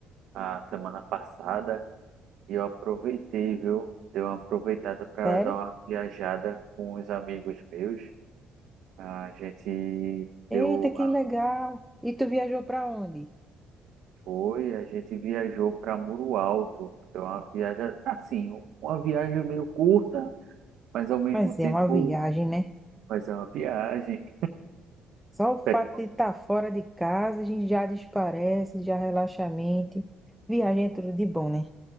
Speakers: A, on the right; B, in the centre.
A: a semana passada e eu aproveitei, viu? Dei uma aproveitada para
B: Sério?
A: dar uma viajada com os amigos meus. A gente
B: Eita,
A: deu,
B: que legal! E tu viajou pra onde?
A: foi, a gente viajou para Muro Alto. Deu uma viagem, assim, uma viagem meio curta, mas ao mesmo
B: Mas
A: tempo
B: é uma viagem, né?
A: fazer uma viagem.
B: Só o fato
A: Pe-
B: de estar fora de casa, a gente já desparece, já relaxa a mente. Viagem é tudo de bom, né?